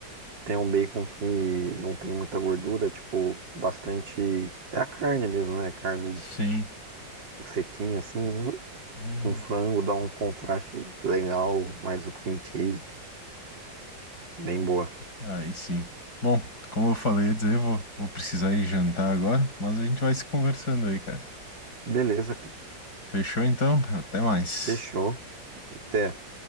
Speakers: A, on the right (about 75°); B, on the left (about 55°).
A: Tem um bacon que não tem muita gordura, tipo, bastante. É a carne mesmo, né? Carne
B: Sim.
A: sequinha, assim. hum,
B: Hum,
A: Com frango dá um contraste legal, mais o cream cheese. Bem boa.
B: aí sim. Bom, como eu falei, ia dizer, eu vou, vou precisar ir jantar agora, mas a gente vai se conversando aí, cara.
A: Beleza, cara.
B: Fechou então? Até mais.
A: Fechou. Até.